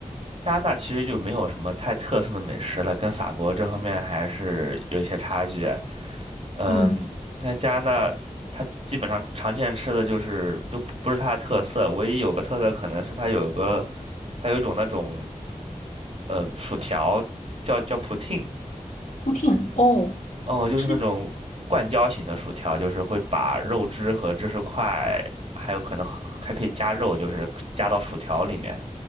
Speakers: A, on the right (about 50°); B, on the left (about 85°).
A: 加拿大其实就没有什么太特色的美食了，跟法国这方面还是有一些差距。嗯，
B: 嗯，
A: 你看加拿大，它基本上常见吃的就是就不不是它的特色，唯一有个特色可能是它有个，它有一种那种，嗯，薯条叫叫 poutine，
B: 布汀哦。
A: 哦，就是那种灌浇型的薯条，
B: 是。
A: 就是会把肉汁和芝士块，还有可能还可以加肉，就是加到薯条里面。